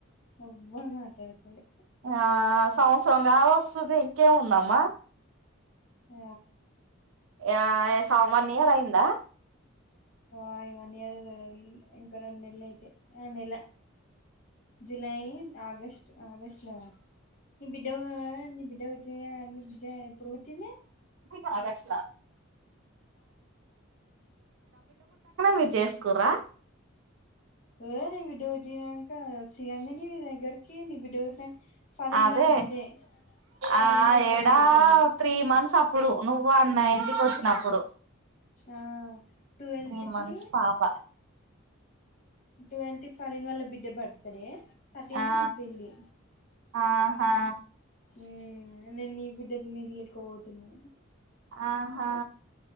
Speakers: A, on the left; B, on the right.
A: ఎవ్వర్ మాట్లాడతలే
B: ఆ సంవత్సరం కావ వస్తది ఇంకేముందమ్మా
A: ఆ
B: ఆ సమ్ వన్ ఇయర్ అయిందా
A: ఆ వన్ ఇయర్ ఇంకా రెంనెల్ల అయితే అంద ఇలా జులై ఆగస్ట్ ఆగస్ట్లో నీ బిడ్డ నీ బిడ్డ పుట్టింది నీ బిడ్డ ఎప్పుడు పుట్టింది
B: కాదష్లా మీరు చేసుకుర్రా
A: లేదు విడ బక సిగంది నీ దగ్గరకి నీ బిడ్డ పుట్టినంక ఫరన్
B: అదే
A: వాళ్ళ బిడ్డే ఫరీన్
B: ఆ
A: వాళ్ళ బిడ్డ
B: ఏడా
A: పుట్టింది
B: త్రీ మంత్స్ అప్పుడు నువ్వు అన్న ఇంటికి వచ్చినప్పుడు
A: ఆ ట్వెల్త్
B: త్రీ
A: కి
B: మంత్స్ పాప
A: ట్వెల్త్ ఫరిన్ వాళ్ళ బిడ్డ బర్త్ డే థర్టీన్త్
B: ఆ
A: నా పెళ్ళి
B: ఆహా
A: ఊ నేను నీ బిడ్డ నిల్లికి పోతున్నా
B: ఆహా